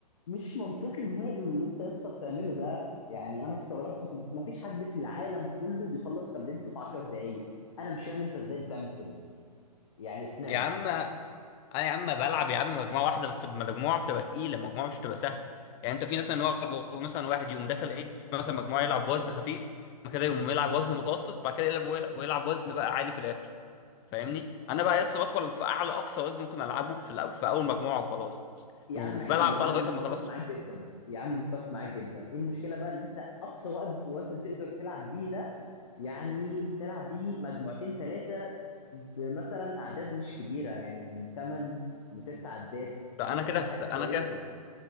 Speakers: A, on the left; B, on the left.
A: مش منطقي نهائي اللي انت يا اسطى بتعمله ده يعني انا استغربت كنت ما فيش حد في العالم كله بيخلص تمرينته في 10 دقائق انا مش فاهم انت ازاي بتعمل كده يعني اقنعني
B: يا عم انا يا عم بلعب يا عم مجموعه واحده بس مجموعه بتبقى تقيله مجموعه مش بتبقى سهله يعني انت في مثلا واحد مثلا واحد يقوم داخل ايه مثلا مجموعه يلعب وزن خفيف بعد كده يقوم يلعب وزن متوسط بعد كده يلعب ويلعب وزن بقى عالي في الاخر فاهمني انا بقى لسه بدخل في اعلى اقصى وزن ممكن العبه في الأ- في اول مجموعه وخلاص
A: يا
B: وبلعب
A: عم حلو
B: بقى
A: انا
B: لغايه
A: متفق
B: ما خلاص
A: معاك جدا يا عم متفق معاك جدا ايه المشكله بقى ان انت اقصى وقت وزن تقدر تلعب بيه ده يعني تلعب بيه مجموعتين ثلاثه بمثلا اعداد مش كبيره يعني من 8 ل 6 عدات
B: ده
A: دي
B: انا
A: هتكون
B: كده هست...
A: حاجه
B: انا
A: كويسه
B: كده